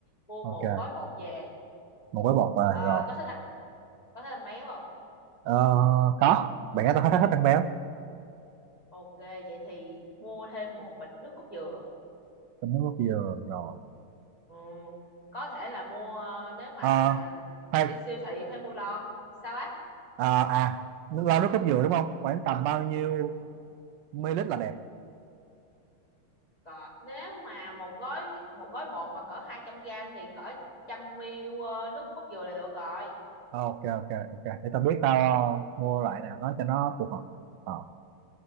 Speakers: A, on the left (about 15°); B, on the right (about 70°).
A: mua
B: ok.
A: một gói bột về
B: Một gói bột về
A: Ờ,
B: rồi.
A: có thích ăn có thích ăn béo không
B: Ờ, có. Bạn gái tao hết hết ăn béo.
A: ok vậy thì mua thêm một bịch nước cốt dừa
B: Tao muốn nước dừa rồi.
A: ừ. có thể là mua nếu mà
B: Ờ, khoan,
A: đi siêu thị có thể mua lon sao á
B: à, à nước lau nước cốt dừa đúng không khoảng tầm bao nhiêu
A: Ừ.
B: ml là đẹp
A: cỡ nếu mà một gói một gói bột mà cỡ 200 gram thì cỡ trăm ml ờ, nước cốt dừa là được rồi
B: ok ok ok để tao biết tao mua loại nào đó cho nó phù hợp Ờ,